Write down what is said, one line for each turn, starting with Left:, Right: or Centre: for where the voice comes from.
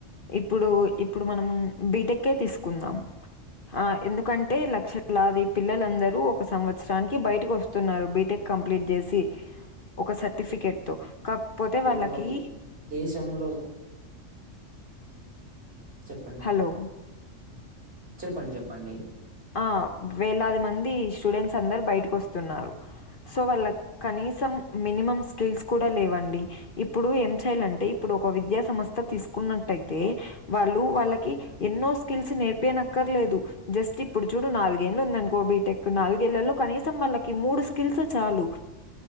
Left: ఇప్పుడు ఇప్పుడు మనం బీటెక్ే తీసుకుందాం ఆ ఎందుకంటే లక్షలాది పిల్లలందరూ ఒక సంవత్సరానికి బయటకు వస్తున్నారు బీటెక్ కంప్లీట్ చేసి ఒక సర్టిఫికేట్ తో కాకపోతే వాళ్ళకి
Right: ఆ దేశంలో చెప్పండి
Left: హలో
Right: చెప్పండి చెప్పండి
Left: ఆ వేలాది మంది స్టూడెంట్స్ అందరు బయటకు వస్తున్నారు సో వాళ్ళ కనీ మినిమం స్కిల్స్ కూడా లేవండి ఇప్పుడు ఏం చేయాలంటే ఇప్పుడు ఒక విద్యా సంస్థ తీసు ట్యితే వాళ్ళు వాళ్ళకి
Right: ఆ!
Left: ఎన్నో స్కిల్స్ నేర్పనక్కర్లేదు జస్ట్ ఇప్పుడు చూడు నాలుగేళ్ళలు
Right: ఆ!
Left: ఉందనుకో బీటెక్ నాలుగేళ్లో కనీసం వాళ్ళకి మూడు స్కిల్స్ చాలు